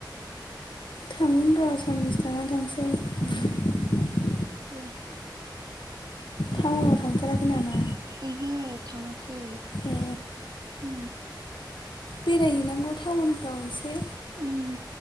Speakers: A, on the left; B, on the right.
A: थांगोन र' साननैसो थानानै थांसै।
B: उम फै
A: टाउनाव थांथाराखै नामा
B: ओंहो थाङाखै।
A: ए
B: उ
A: बेरायहैनांगौ टाउनफ्राव एसे।
B: उम